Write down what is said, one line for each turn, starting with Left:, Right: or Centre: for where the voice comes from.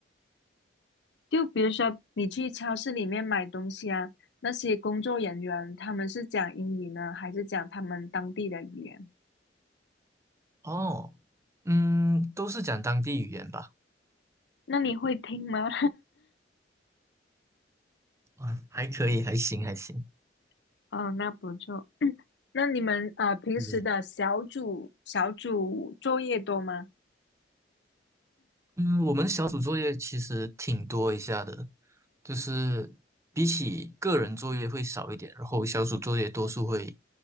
Left: 就比如说你去超市里面买东西啊，那些工作人员他们是讲英语呢，还是讲他们当地的语言？
Right: 哦，嗯，都是讲当地语言吧，
Left: 那你会听吗？
Right: 啊，还可以，还行，还行。
Left: <laughs> 哦，那不错。那你们呃平时的小组小组作业多吗？
Right: 嗯嗯，我们小组作业其实挺多一下的，就是比起个人作业会少一点，然后小组作业多数会